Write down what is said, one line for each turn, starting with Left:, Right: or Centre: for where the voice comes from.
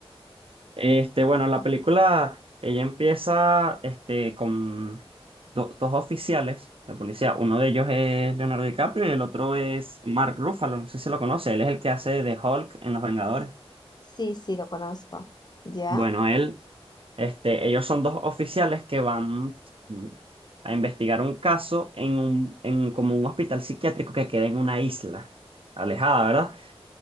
Right: Este, bueno, la película, ella empieza este, con do- dos oficiales de policía. Uno de ellos es Leonardo DiCaprio y el otro es Mark Ruffalo. No sé si lo conoce. Él es el que hace de Hulk en Los Vengadores.
Left: Sí, sí, lo conozco. Ya.
Right: Bueno, él, este, ellos son dos oficiales que van mm, a investigar un caso en un, en como un hospital psiquiátrico que queda en una isla alejada, ¿verdad?